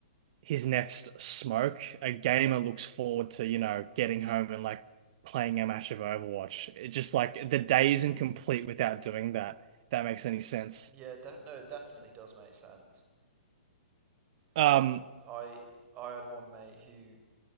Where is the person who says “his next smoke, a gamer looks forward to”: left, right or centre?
Right